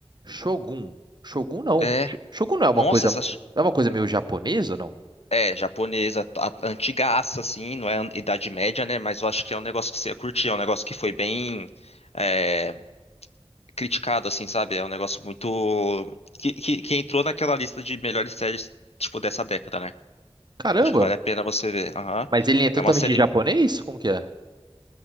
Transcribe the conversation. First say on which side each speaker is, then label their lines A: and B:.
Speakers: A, on the right (about 45°); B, on the left (about 80°).
A: Shogun, Shogun não,
B: É.
A: Sh- Shogun não é uma
B: Nossa,
A: coisa,
B: essa.
A: é uma coisa meio japonesa, ou não?
B: É, japonesa, a- antigaça, assim, não é an- Idade Média, né? Mas eu acho que é um negócio que você ia curtir, é um negócio que foi bem. é, criticado, assim, sabe? É um negócio muito. Que, que, que entrou naquela lista de melhores séries, tipo, dessa década, né?
A: Caramba,
B: Acho que vale a pena você ver. Aham.
A: mas ele é totalmente
B: É uma série.
A: japonês? Como que é?